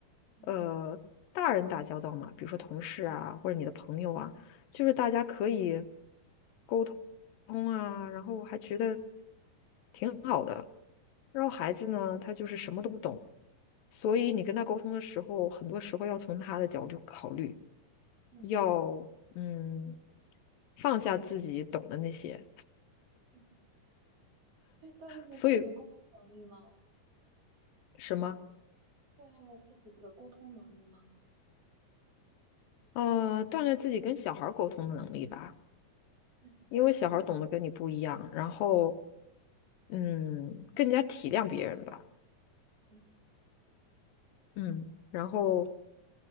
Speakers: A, on the right; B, on the left.
A: 嗯
B: 呃大人打交道嘛，比如说同事啊，或者你的朋友啊，就是大家可以沟通啊，然后还觉得挺好的。然后孩子呢，
A: 嗯
B: 他就是什么都不懂，所以你跟他沟通的时候，
A: 嗯
B: 很多时候要从他的角度考虑，
A: 嗯，
B: 要嗯放下自己懂的那些，
A: 所嗯。以锻炼了自己的沟通能力吗？
B: 所以什么
A: 锻炼了自己的沟通能力吗？
B: 呃锻炼自己跟小孩儿沟通的能力吧。
A: 嗯
B: 因为小孩儿懂得跟你不一样，然后
A: 嗯
B: 嗯，更加体谅别人吧，
A: 嗯，
B: 嗯，然后
A: 对，